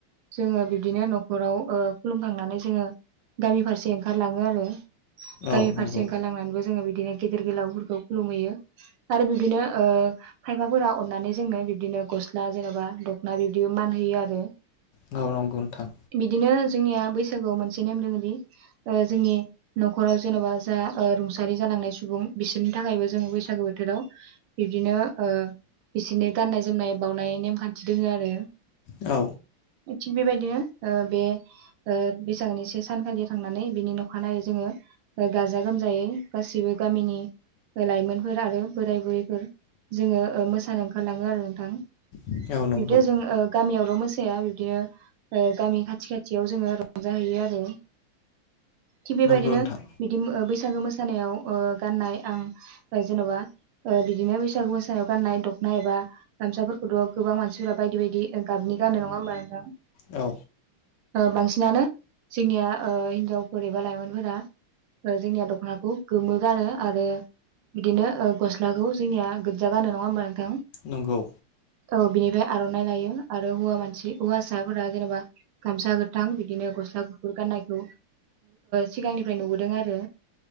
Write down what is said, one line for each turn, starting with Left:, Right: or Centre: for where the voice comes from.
Right: जोङो बिब्दिनो न'खराव ओ खुलुमखांनानै जोङो गामि फारसे ओंखारलाङो आरो
Left: औ
Right: गामि
Left: नंगौ
Right: फारसे ओंखारलांनानैबो जोङो। बिदिनो गेदेर गोलावफोरखौ खुलुमहैयो आरो बिबदिनो खायफाफोरा अननानै जोंनो बिदिनो। गस्ला जेन'बा दख'ना बिबदिबो मान होयो आरो।
Left: गावनाव गुनथां
Right: बिदिनो जोंनिया बै बैसागोआव मोनसे नेम दोङोदि जोंनि न'खराव जेन'बा जा रुंसारि जालांनाय सुबुं बिसोरनि थाखायबो जोङो बैसागो बोथोराव बिबदिनो। बिसोरनि गाननाय जोमनाय बावनाय नेमखान्थि दोङो आरो।
Left: औ
Right: थिग बेबायदिनो ओ बे बैसागनि से सानखालि थांनानै बिनि अखानायै जोङो गाजा गोमजायै गासिबो गामिनि लाइमोनफोर आरो बोराय बुरैफोर जोङो मोसानो ओंखारलाङो आरो नोंथां। बिबदि
Left: औ नंगौ
Right: जों गामियावल' मोसाया बिबदिनो गामि खाथि खाथियाव जोङो रंजा हैयो आरो थिग बेबायदिनो
Left: नंगौ नोंथां
Right: बिदि बैसाग बैसागो मोसानायाव गाननाय आं जेन'बा बिदिनो बैसागु मोसानायाव गाननाय दखनाय एबा गामसाफोरखौथ' गोबां मानसिफोरा बायदि बायदि गाबनि नि गानों नङा होनबा नोंथां।
Left: औ
Right: बांसिनानो जोंनिया हिनजावफोर एबा लाइमोनफोरा। जोंनिया दख'नाखौ गोमो गानो, आरो बिदिनो गस्लाखौ जोंनिया गोजा गानो नङा होमबा नोंथां?
Left: नंगौ
Right: औ बिनिफ्राय आर'नाइ लायो आरो हौवा मानसि हौवासाफोरा जेनेबा गामसा गोथां गोथां बिदिनो गस्ला गुफुर गाननायखौ सिगांनिफ्राय नुबोदों आरो।